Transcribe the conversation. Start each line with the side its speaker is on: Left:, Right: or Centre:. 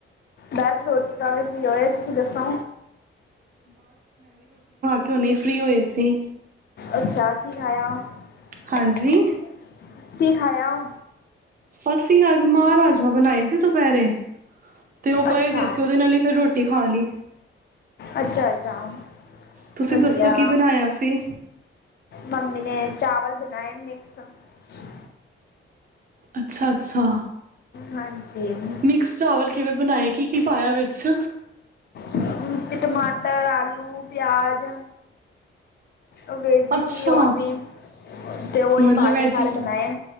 Left: ਬਸ ਰੋਟੀ ਖਾ ਕੇ ਫਰੀ ਹੋਏ ਤੁਸੀਂ ਦੱਸੋ।
Right: ਕਿਉਂ ਨਹੀਂ ਫਰੀ ਹੋਏ ਸੀ।
Left: ਅਛਾ ਕੀ ਖਾਇਆ?
Right: ਹਾਂਜੀ।
Left: <unintelligible> ਕੀ ਖਾਇਆ?
Right: ਬਸ ਅੱਜ ਮਾਂਹ ਰਾਜਮਾ ਬਣਾਏ ਸੀ ਦੁਪਹਿਰੇ ਤੇ ਉਹ ਪਏ
Left: ਅੱਛਾ
Right: ਦੇ ਸੀ ਉਹਦੇ ਨਾਲ ਹੀ ਫਿਰ ਰੋਟੀ ਖਾ ਲਈ।
Left: ਅੱਛਾ, ਅੱਛਾ
Right: ਤੁਸੀਂ
Left: ਵਧੀਆ
Right: ਦੱਸੋ ਕੀ ਬਣਾਇਆ ਸੀ
Left: ਮੰਮੀ ਨੇ ਚਾਵਲ ਬ ਮੈਂ ਮਿਕਸ ਸਬ
Right: ਅੱਛਾ। ਅੱਛਾ
Left: ਹਾਂਜੀ
Right: ਮਿਕਸ ਚਾਵਲ ਕਿਵੇਂ ਬਣਾਏ ਕੀ-ਕੀ ਪਾਇਆ ਵਿੱਚ
Left: ਵਿੱਚ ਟਮਾਟਰ, ਆਲੂ, ਪਿਆਜ ਉਹ ਵੇਜੀ
Right: ਅੱਛਾ
Left: ਸੀ ਔਰ ਵੀ ਤੇ ਉਹੀ
Right: ਮਤਲਬ
Left: ਪਾ ਕੇ
Right: ਵੈਜੀ
Left: ਸਾਰੇ ਬਣਾਏ।